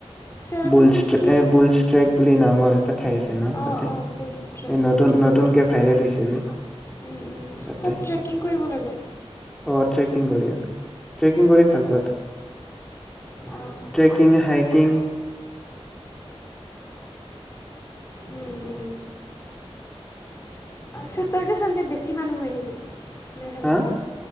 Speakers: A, on the left; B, in the centre.
A: চেৰাপুঞ্জীৰ
B: বুলছ ট্ৰে,
A: কি
B: এ,
A: চাব
B: বুলছ ট্ৰেক বুলি নামৰ এটা ঠাই আছে ন
A: অঁ
B: তাতে?
A: অঁ বুলছ ট্ৰেক
B: এ নতুন, নতুনকে ভাইৰেল হৈছে যে
A: উম, উম,
B: তাতে।
A: তাত ট্ৰেকিং কৰিব লাগে
B: অ ট্ৰেকিং কৰি- <unintelligible> কি কৰি ভাল পাত <unintelligible>
A: অঁ
B: ট্ৰেকিং, হাইকিং?
A: উ-উ চতাৰডে-চানডেত বেছি মানুহ হয় নেকি? মেঘালয়ত
B: হা